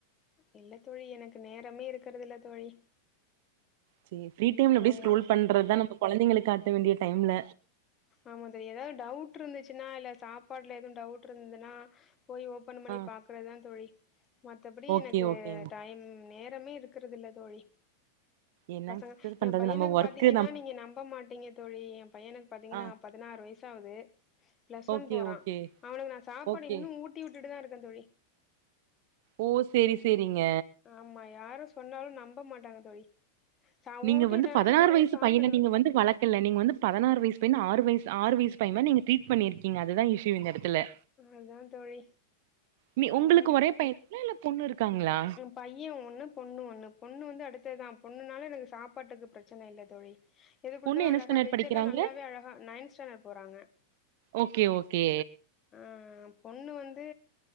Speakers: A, on the left; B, on the right.
A: இல்ல தோழி எனக்கு நேரமே இருக்குறது இல்ல தோழி
B: சே ஃப்ரீ டைம்ல அப்டியே
A: ஆமா
B: ஸ்டரோல் பண்றதுதா நம்ம கொழந்தைங்கள காட்ட வேண்டிய டைம்ல
A: ஆமா தோழி எதாவது டவுட்ருந்துச்சுனா இல்ல சாப்பாட்ல எதுவு டவுட்ருந்துன்னா போயி ஒப் ப்பன் மணிப்
B: ஆ
A: பாக்கறதா தோழி மத்தப்டி
B: ஓகே
A: எனக்கு
B: ஓகேங்க
A: டைம் நேரமே இருக் க்கறதுல தோழி
B: என்னங்க
A: பசங்க
B: சிஸ்டர் பண்றது
A: எம் பையனுக்கு
B: நம்ம ஒர்க்கு
A: பாத்தீங்கினா நீங்க நம்ப மாட்டீங்க தோழி எம் பையனுக் திங்கனா
B: ஆ
A: பதனாறு வயசாவுது பிளஸ்
B: ஓகே
A: ஒன் போறா
B: ஓகே
A: அவனுக்கு நா சாப்பாடு
B: ஓகே
A: இன்னும் ஊட்டி விட்டிட்டுதா இருக்கே தோழி
B: ஓ சேரி செரிங்க
A: ஆமா யாரு சொன்னாலு நம்ப மாட்டாங்க தோழி சா
B: நீங்க
A: ஊட்டி
B: வந்துப்
A: விட்டனாச்சு
B: பதனாறு
A: ரெண்டு
B: வயிசுப்
A: வாய் சாப்ட்டுடுவே
B: பையன நீங்க வந்து வளக் கெல்ல நீங்க வந்துப் பதனாறு வயிசுப் பையன ஆறு வயசு ஆறு வயிசு பையே மார் நீங்க ட்ரீட் பண்ணிருக்கீங்க அதுதா இஷ்யூ இந்த எடத்துல
A: அதா தோழி
B: நீ ஒங்களுக்கு
A: ம்
B: ஒரேப் பையே இல்ல இல்ல பொண்ணு இருக்காங்ளா
A: பையே ஒன்னுப் பொண்ணு ஒன்னுப் பொண்ணு வந்து அடுத்ததா பொண்ணுனால எனக்கு சாப்பாட்டுக்கு பிரச்சன இல்ல தோழி எது குடுத்தாலு
B: பொண்ணு என்ன
A: அழகா
B: ஸ்டாண்டர்ட்
A: வெஜ்லெல்லா
B: படிக்கிறாங்க?
A: நல்லாவே அழகா நைன்த் ஸாண்டர்ட் போறாங்க
B: ஓகே ஓகே
A: ஆ பொண்ணு வந்து